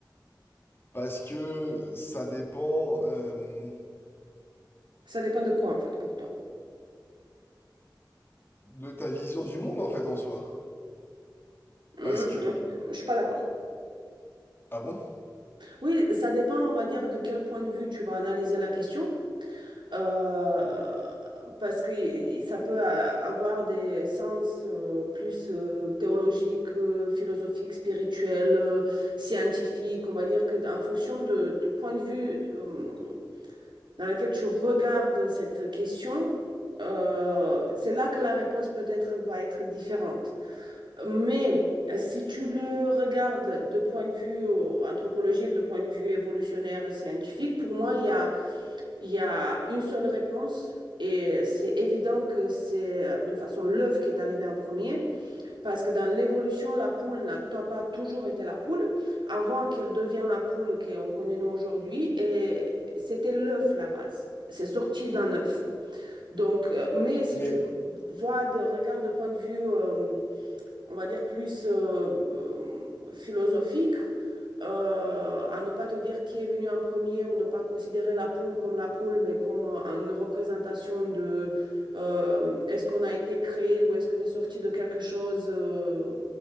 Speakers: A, on the left; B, on the right.
A: Parce que ça dépend euh,
B: Ça dépend de quoi en fait pour toi.
A: de ta vision du monde, en fait, en soi.
B: Hum,
A: Parce que...
B: hum, je suis pas d'accord.
A: Ah bon?
B: Oui, ça dépend, on va dire, de quel point de vue tu vas analyser la question. Euh, parce que y- ça peut a- avoir des sens euh, plus euh, théologiques, euh, philosophiques, spirituels, euh, scientifiques. On va dire que d- en fonction de, de point de vue euh, dans lequel tu regardes cette question, euh, c'est là que la réponse peut-être va être différente. Mais euh, si tu le regardes de point de vue euh, anthropologique, de point de vue évolutionnaire, scientifique, pour moi, il y a il y a une seule réponse et c'est évident que c'est euh, d'une façon l'œuf qui est arrivé en premier parce que dans l'évolution, la poule n'a pas toujours été la poule avant qu'elle devienne la poule qu'on connaît nous aujourd'hui et c'était l'œuf la base. C'est sorti d'un œuf. Donc, euh, mais si
A: Mais,
B: tu vois de regarde de point de vue euh, on va dire, plus euh, euh, philosophique, euh, à ne pas te dire qui est venu en premier ou ne pas considérer la poule comme la poule, mais comme euh, une représentation de euh, est-ce qu'on a été créé ou est-ce qu'on est sorti de quelque chose euh,